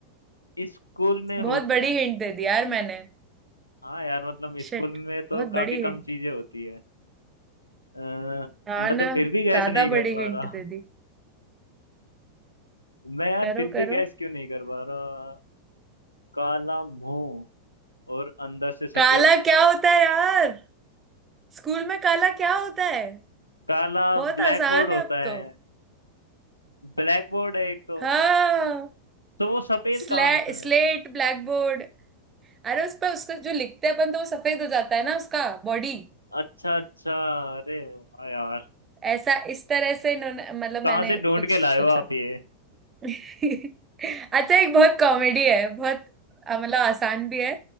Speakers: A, on the left; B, on the right.
A: स्कूल में
B: बहुत
A: होता
B: बड़ी
A: है
B: हिंट दे दी यार मैंने
A: हाँ यार मतलब
B: शिट
A: स्कूल में तो
B: बहुत
A: काफी
B: बड़ी
A: कम
B: हिंट
A: चीजें होती है आ,
B: हाँ
A: मैं
B: ना
A: तो फिर भी गैस
B: ज्यादा
A: नहीं कर
B: बड़ी
A: पा
B: हिंट
A: रहा
B: दे दी
A: मैं यार
B: करो
A: फिर भी
B: करो
A: गैस क्यों नहीं कर पा रहा काला मुंह और अंदर से सफेद
B: काला क्या होता है यार स्कूल में काला क्या होता है
A: काला
B: बहुत
A: ब्लैक
B: आसान
A: बोर्ड होता
B: है अब तो
A: है ब्लैक बोर्ड है एक तो
B: हाँ
A: तो वो सफेद
B: स्ले
A: कहाँ होता
B: स्लेट
A: है
B: ब्लैक बोर्ड अरे उस पर उसका जो लिखते हैं अपन तो वो सफेद हो जाता है ना उसका बॉडी
A: अच्छा अच्छा अरे वाह यार
B: ऐसा इस तरह से इन्होंने मतलब
A: कहाँ
B: मैंने
A: से ढूंढ
B: कुछ
A: के
B: सोचा
A: लाए हो आप ये
B: <laughs> अच्छा एक बहुत कॉमेडी है बहुत अ, मतलब आसान भी है